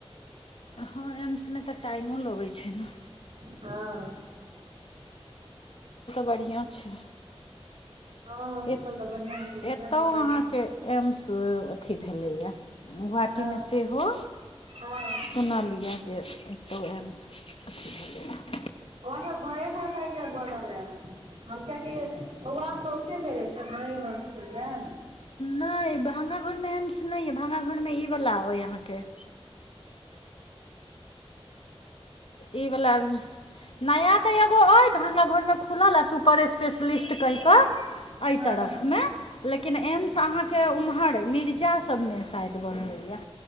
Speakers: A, on the left; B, on the right.
A: हँ एम्समे तऽ टाइमो लगैत छै ने
B: हँ
A: बढ़ियाँ छै
B: हँ हॉस्पिटल
A: एत
B: तऽ बढ़िया छै बढ़िया
A: एतय
B: छै टाइम
A: अहाँके एम्स अथी भेलैए गोआहाटीमे
B: हँ
A: सेहो
B: हँ
A: सुनलिये जे एतहु एम्स अथी भऽ गेलए
B: ओ सब घरे घर साइड मे बनल हे हम कियाकि बौआ हमरा ओते भेल अछि ने <unintelligible> घर हॉस्पिटलमे
A: नै भंगा घर मे एमस न ये भांगा घर मे ई वाला वहाँ के के ई वला नया तऽ एगो अइ भंगरा घर मे खुलल आ सुपर स्पेशलिस्ट कहि कऽ एहि
B: हँ
A: तरफमे लेकिन एम्स अहाँके उम्हर मिर्जा सब नेस शायद बनलैयए